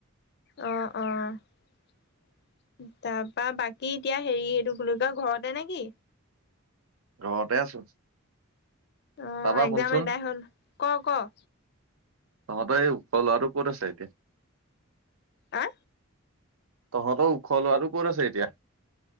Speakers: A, on the left; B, on the right.
A: অ' অ' তাৰপা বাকী এতিয়া হেৰি এইটো বুলি কয় ঘৰতে নে কি।
B: ঘৰতে আছো
A: অ'
B: তাৰপা
A: একজাম
B: শুনচোন
A: এইবাৰ হ'ল ক' ক'
B: তহঁতে এই ওখ লৰাটো ক'ত আছে এতিয়া?
A: আহ?
B: তহঁতৰ ওখ লোৱাটো ক'ত আছে এতিয়া?